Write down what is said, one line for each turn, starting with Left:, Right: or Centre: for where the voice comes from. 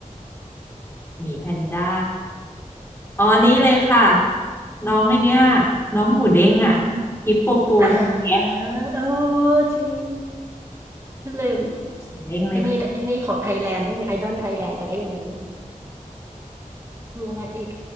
Left: หมีแพนด้า อ๋อนี่เลยค่ะน้องไอเนี้ยน้องหมูเด้งอ่ะฮิปโปโป
Right: อ่า
Left: แคะ
Right: เออจริงลืม
Left: หมูเด้งเลยค่ะ
Right: อันนี้อันนี้ของไทยแลนด์ได้ไงไอดอลไทยแลนด์ไปได้ยังไงเนี่ยมีอะไรอีก